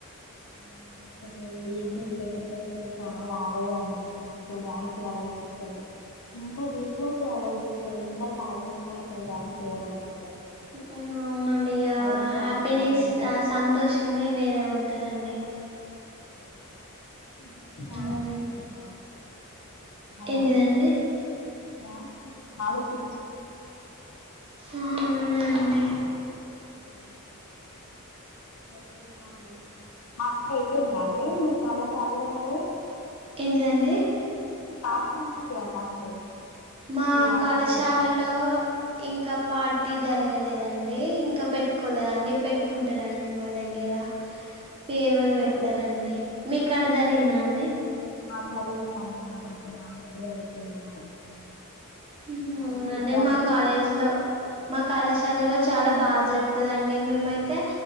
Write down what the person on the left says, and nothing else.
మ్ అసలు డీజే పెడితే అసలు కాలు ఆగదండి నాకు డ్యాన్స్ చేయాలనిపిస్తది ఎంత చేసినా చేయాలనిపి ఎంత కాలు నొచ్చిన సరే డ్యాన్స్ చేయాలనిపి
అదొక
మ్మ్
ఒ పిచ్చి లాగ
అనిపిస్తది డ్యాన్స్ అంటే చాలా
అసలు డ్యాన్స్ అంటే చాలా పి
మ్ ఓకే ఇంక అండి పార్టీ అయిపోయింద అండి మీ కళాశాలలో మరి
పార్టీ ఉంటది కదా అండి
లాస్ట్
డే పార్టీ
మా
జరిగింది అండి మా దగ్గర ఆల్రెడీ అయిపోయింది
మళ్ళీ
ఎగ్జామ్స్
ఉంటాయి కదండి
అందు